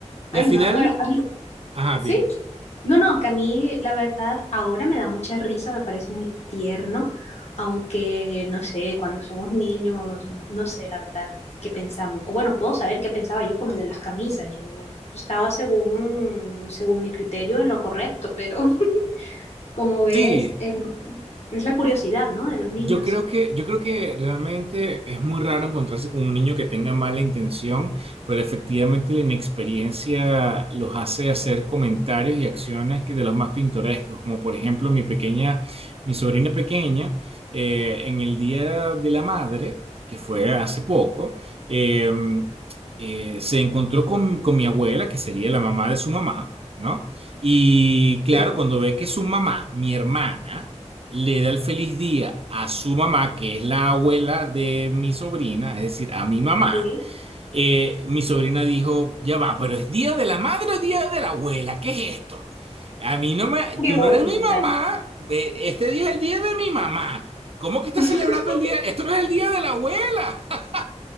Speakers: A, on the left; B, on the right.
A: Ay,
B: Y al final...
A: no, bueno, a mí,
B: Ajá,
A: sí.
B: dime.
A: No, no, que a mí la verdad ahora me da mucha risa, me parece muy tierno, aunque no sé, cuando somos niños, no sé la verdad qué pensamos. O bueno, puedo saber qué pensaba yo con lo de las camisas. Yo estaba según, según mi criterio en lo correcto, pero <laughs> como ves,
B: Sí,
A: eh, es la curiosidad, ¿no? De los niños.
B: yo creo que, yo creo que realmente es muy raro encontrarse con un niño que tenga mala intención, pero efectivamente la inexperiencia los hace hacer comentarios y acciones que de los más pintorescos, como por ejemplo mi pequeña, mi sobrina pequeña, eh, en el Día de la Madre, que fue hace poco, eh, eh, se encontró con, con mi abuela, que sería la mamá de su mamá, ¿no? Y claro,
A: Sí.
B: cuando ve que su mamá, mi hermana, le da el feliz día a su mamá, que es la abuela de mi sobrina, es decir, a mi mamá,
A: sí.
B: eh, mi sobrina dijo, ya va, pero es día de la madre o día de la abuela, ¿qué es esto? A mí no me,
A: Qué
B: tú
A: bonita.
B: no eres mi mamá, eh, este día es el día de mi mamá. ¿Cómo que estás
A: <laughs>
B: celebrando el día? Esto no es el día de la abuela. <laughs>